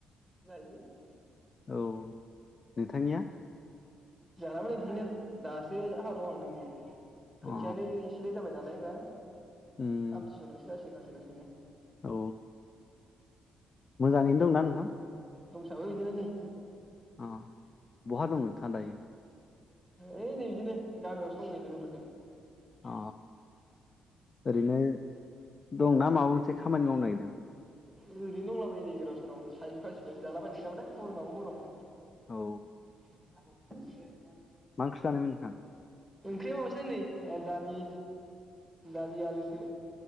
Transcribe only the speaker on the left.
औ नोंथांनिया?
अ
उम
औ मोजाङैनो दंना नोंथां?
ओ बहा दं नोंथाङा दायो?
अ ओरैनो दंना माबा मोनसे खामानि मावनो नागिरदों?
औ
मा ओंख्रि जानायमोन नोंथां?